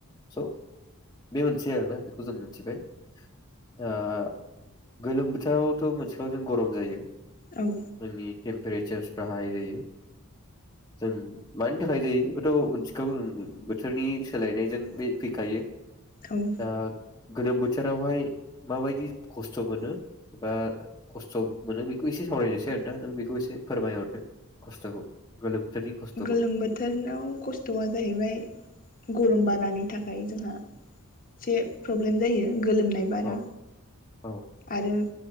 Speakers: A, on the left; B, on the left.
A: स' बे मोनसे आरोना बेखौ जों मिथिबाय दा आ गोलोम बोथोरावथ' मोनथिखाबाय जों गरम जायो
B: औ
A: जोंनि टेम्पारेचारफ्रा हाइ जायो जों मानि थाखाय जायो बेखौथ' मोननथिखागौ जों बोथोरनि सोलायनायजों बे फैखायो
B: औ
A: दा गोलोम बोथोरावहाय माबायदि खस्थ' मोनो एबा खस्थ' मोनो बेखौ एसे सावरायनोसै आरोना नों बेखौ बेखौ एसे फोरमायहरदो खस्थ'खौ गोलोम बोथोरनि खस्थ'खौ
B: गोलोम बोथोरनाव खस्थ'आ जाहैबाय गरम बारानि थाखाय जोंहा एसे प्रब्लेम जायो गोलोमनाय बारा
A: औ औ
B: आरो